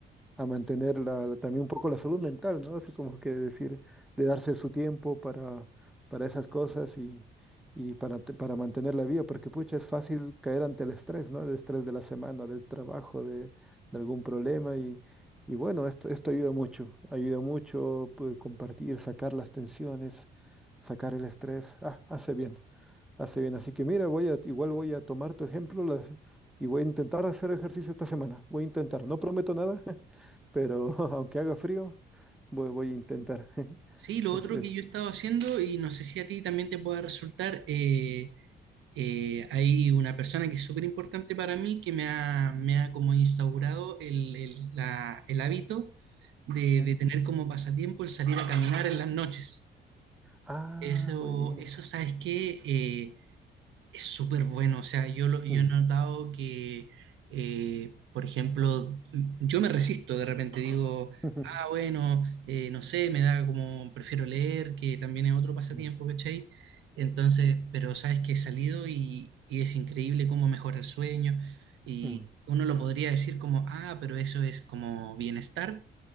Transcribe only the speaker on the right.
Sí, lo
otro
que yo he estado haciendo, y no sé si a ti también te pueda resultar, eh, eh, hay una persona que es súper importante para mí que me ha, me ha como instaurado el, el- la- el hábito de,
de tener como pasatiempo el salir a caminar en las noches.
Eso,
eso, ¿sabes qué? Eh, Es súper bueno, o sea, yo, lo- yo
he notado que, eh, por ejemplo, yo me resisto de repente, digo,
ah, bueno, eh, no sé, me da como, prefiero leer, que también es otro pasatiempo,
¿cachai? Entonces, pero sabes que he salido y, y es increíble cómo mejora el sueño y
uno lo podría decir como, ah, pero eso es como bienestar,